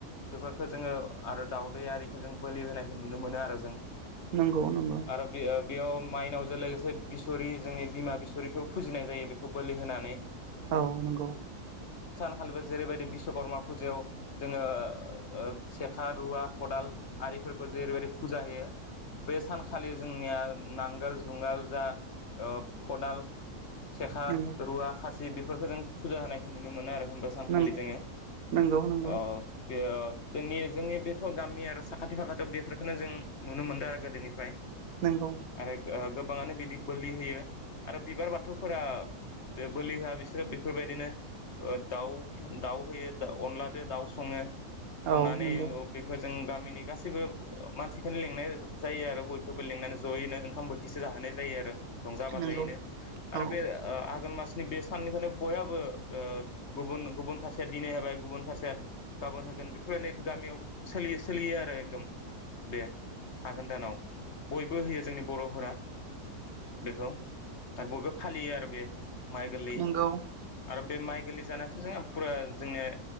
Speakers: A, on the left; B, on the right.
A: बेफोरखौ जोङो आरो दाउदै आरिखौ जों बोलि होनायखौ नुनो मोनो आरो जों
B: नंगौ नंगौ।
A: आरो बे बेयाव माइनावजों लोगोसे बिसरि जोंनि बिमा बिसरिखौबो फुजिनाय जायो बेखौ बोलि होनानै ।
B: औ नंगौ।
A: <unintelligible> जेरैबायदि बिश्वकर्मा फुजायाव जोङो ओ सेखा रुवा खदाल आरिफोरखौ जेरैबायदि फुजा होयो बे सानखालि जोंनिया नांगोल जुंगाल जा ओ खदाल सेखा
B: नंगौ
A: रुवा खासि ज बेफोरखौ जों फुजा होनायखौ नुनो मोनो आरो। सानखालि
B: नों
A: जोङो
B: नंगौ नंगौ
A: ओ बे जोंनि जोंनि बेथ' गामि आरो साखाथि फाखाथियाव बेफोरखौनो जों नुनो मोनदों आरो गोदोनिफ्राय।
B: नंगौ
A: आरो । गोबाङानो बिदि बोलि होयो आरो बिबार बाथौफोरा बोलि होआ बिसोरो बेफोरबायदिनो दाउ। दाउ होयो दा अनलाजों दाउ सङो। संनानै
B: औ नंगौ
A: बेखौ जों गामिनि गासैबो मानसिखौनो लेंनाय जायो आरो बयखौबो लेंंनानै जयैनो ओंखाम बोथिसे जाहोनाय जायो आरो। रंजा बाजायैनो
B: नंगौ
A: आरो
B: औ
A: बे ओ आघोन मास बे साननिफ्रायनो बयहाबो ओ गुबुन गुबुन गुबुन खासेया दिनै होबाय गुबुन खासेया गाबोन होगोन बेफोरबायदि गामियाव सोलियो सोलियो आरो एकदम बे आघोन दानाव बयबो होयो जोंनि बर'फोरा बेखौ आरो बयबो फालियो आरो बे। माइ गोरलै
B: नंगौ
A: आरो बे माइ गोरलै जानायाथ' जों फुरा जोंनिया